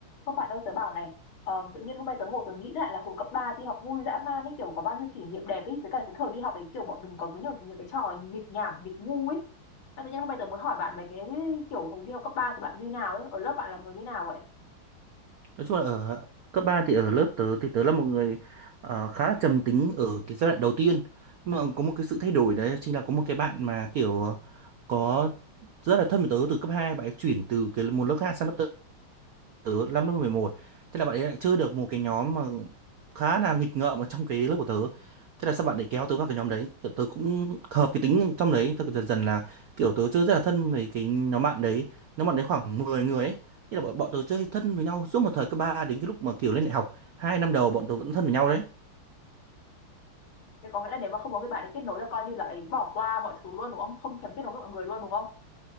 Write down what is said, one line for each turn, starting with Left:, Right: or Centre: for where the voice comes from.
Left: Các bạn ơi tớ bảo này ờ, tự nhiên hôm nay tớ ngồi tớ nghĩ lại là hồi cấp 3 đi học vui dã man ấy kiểu có bao nhiêu kỷ niệm đẹp ấy với cả cái thời đi học ấy kiểu bọn mình có với nhiều, nhiều cái trò nghịch nhảm nghịch ngu ấy Mà tự nhiên hôm nay tớ muốn hỏi bạn mấy cái kiểu hồi đi học cấp 3 thì bạn như nào ấy ở lớp bạn là người như nào vậy
Right: nói chung là ở cấp 3 thì ở lớp tớ thì tớ là một người ờ, khá là trầm tính ở cái giai đoạn đầu tiên nhưng mà có một cái sự thay đổi đấy chính là có một cái bạn mà kiểu có rất là thân với tớ từ cấp hai bạn ấy chuyển từ cái một lớp khác sang lớp tớ năm lớp mười một thế là bạn ấy lại chưa được một cái nhóm mà khá là nghịch ngợm ở trong cái lớp của tớ thế là sao bạn ấy kéo tớ vào cái nhóm đấy kiểu tớ cũng hợp cái tính trong đấy tớ dần dần là kiểu tớ chưa rất là thân với cái nhóm bạn đấy nhóm bạn đấy khoảng 10 người ấy Thế là bọn, bọn tớ chơi thân với nhau suốt một thời cấp 3 đến cái lúc mà kiểu lên đại học hai năm đầu bọn tớ vẫn thân với nhau đấy
Left: thế có nghĩa là nếu mà không có người bạn ấy kết nối là coi như là ấy bỏ qua mọi thứ luôn đúng không không thèm kết nối với mọi người luôn đúng không